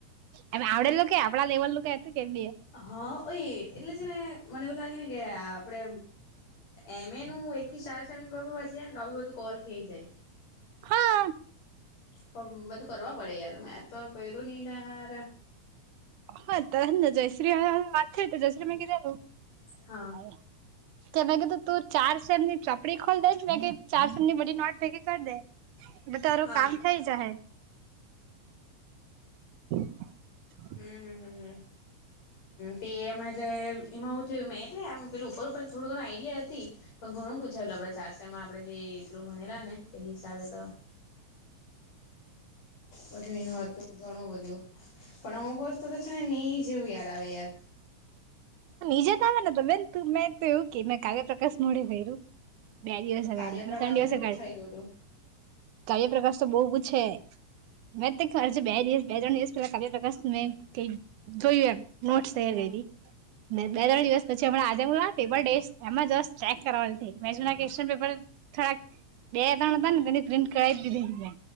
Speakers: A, on the right; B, on the left.
A: એમ આવડેલું કે આપણા લેવલ નું ક હતું કેમ?
B: હા ઓય એટલે છે ને મને એવું લાગે ને કે આપડે એમે ન એકી સાારસ એમપ વાછી નેી બધું કર ખઈ જાય.
A: હા
B: પણ બધું કરવા પડે યાર મેં તો કર્યું નહ ત હાર.
A: હા તને જયશ્રી માતા જયશ્રી મે કીધેલું.
B: હા.
A: હ <unintelligible> કે મેં કીધું તું ચાર શેર ની ચપડી ખોલી દેને મેં કીધ તું ચાર શેર ની બડી નોટ ભેગી કરી દે. એટલે તારું
B: હા
A: કામ થઇ જ હે. હ <inaudible>
B: હમમ, તે અમાં એમાં હું છે મેટલે આ પે ઉપર થોડું ઘણ આઈડિયા હતી. ઘણું પૂછાયેલું આપડે ચારસમાં આપડણે જે એટલું ભણેલા ને તે હિસાબે તો. બછું એનું હતું ઘણું બધું. પણ અમુક વસ્તુ તો છે ને નહી જેવું યાદ આવે યાર.
A: નીજે ક આવે ને તો બેન તું મેં તો એવું કે મેં કાવ્ય પ્રકાશ મોડે ગય્યું. બે દિવસ અગાડી
B: કાર્યપ્રકાશ
A: બે ત્રણ દિવસ
B: નું બી
A: અગાડી,
B: પૂછાયેલું હતું
A: કાર્ય પ્રકાશ તો બહ ક છે. મેં ખરજ બે દિવસ બે ત્રણ દિવસ પેલા કા્ય પ્રકાશ મેં ક જોયું એમ નોટસ થ
B: હમ
A: રેડી. બે
B: હમ
A: ત્રણ દિવસ પછી હમણા આજે પેપર ડે એમાં જ્ક કરવાની નથી મે શુંન પેપર થોડાક બે તણ હતા ને તેની પ્રિન્ટ કરાવી દીધીને.